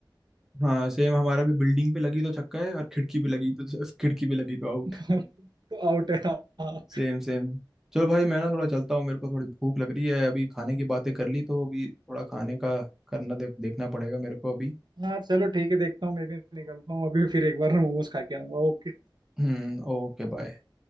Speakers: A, in the centre; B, on the right.
A: हाँ सेम हमारा भी बिल्डिंग पे लगी तो छक्का है और खिड़की पे लगी तो खिड़की पे लगी तो आउट
B: <laughs> तो आउट है हाँ
A: Same same चलो भाई मैं ना थोड़ा चलता हूँ मेरे को थोड़ी भूख लग रही है अभी खाने की बातें कर ली तो अभी थोड़ा खाने का करना देख देखना पड़ेगा मेरे को अभी
B: हाँ चलो ठीक है देखता हूँ मैं भी निकलता हूँ अभी फिर एक बार मोमोज खा के आऊंगा ओके
A: हम्म ओके बाय